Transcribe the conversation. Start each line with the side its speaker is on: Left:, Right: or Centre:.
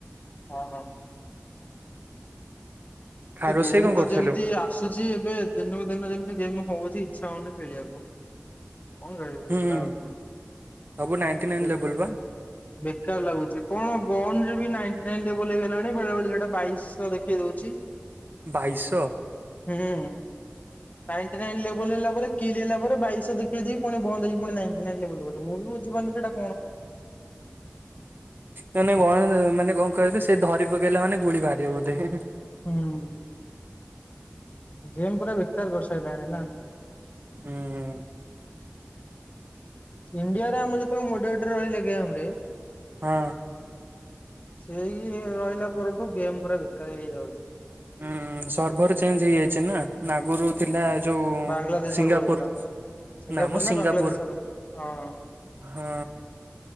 Left: ହଁ ହଁ,
Right: ଖା
Left: ତ
Right: ରୋଷେଇ
Left: ଗେମ୍
Right: କଣ
Left: ତ
Right: କରୁଥିଲୁ?
Left: ଯେମିତି ଆସୁଛି ଏବେ ଦିନକୁ ଦିନ ଯେମତି ଗେମ୍ ହଉଛି ଇଚ୍ଛା ହଉନି ଖେଳିବାକୁ। କଣ ଖେଳିବୁ
Right: ହୁଁ
Left: ଛାଡ
Right: ହୁଁ
Left: ଆଉ
Right: ସବୁ ନାଇଟି ନାଇନ
Left: ବେ
Right: ଲେବୁଲ ବା
Left: ବେକାର ଲାଗୁଛି କଣ ବନରେ ବି ନାଇଟ ନାଇନ ଦେବ ବୋଲି ହେଇ ଗଲାଣି ବେଳେ ବେଳେ ସେଟା ବାଇଶହ ଦେଖେଇ ଦଉଛି ଚି
Right: ବାଇଶ
Left: ହୁଁ ନାଇଟି ନାଇନ ଲେବୁଲ ହେଲା ପରେ ଲିଲ ପରେ ବାଇଶହଖେଇ ଦେଇ ପଣି ବନ୍ଦ ହେଇଛି ପୁଣି ନାଇ ନାଇ ମୁଁ ବି ବଝିବନି ସେଟା
Right: ମାନେ ଗଣ ମାନେ କଣ କହିବ ସେ ଧରି ପକେଇଲା ମାନେ ଗୁଳି ବାହାରିବ ବୋଧେ ହି ହି
Left: ହୁଁ, ଗେମ୍ ପୁରା ବେକାର କରି ସାରିଲାଣି ନା?
Right: ହୁଁ ଉଁ
Left: ଇଣ୍ଡିଆରେ ଆମ ଯେତେକ ମୋଡରେଟର ରହିଲେ ଗେମରେ
Right: ହଁ,
Left: ସେଇ ରହିଲା ପରଠୁ ଗେମ୍ ପୁରା ବେକାର ହେଇଯାଉଚି।
Right: ହୁଁ ସର୍ଭର ଚେଞ୍ଜ ହେଇଯାଇଛି ନା ନାଗୁରୁ
Left: ହୁଁ
Right: ଥିଲା ଯୋଉ
Left: ବାଂଲାଦେଶ
Right: ସିଙ୍ଗାପୁର
Left: ସର୍ଭର ଥିଲା ସିଙ୍ଗାପୁର
Right: ନାମ
Left: ନା
Right: ସିଙ୍ଗାପୁର
Left: ବାଂଲାଦେଶ ସର୍ଭର ହଁ।
Right: ହଁ।